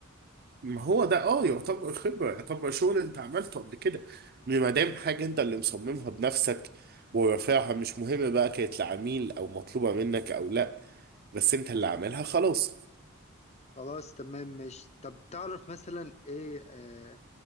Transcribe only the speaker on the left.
خلاص تمام ماشي طب تعرف مثلا ايه آه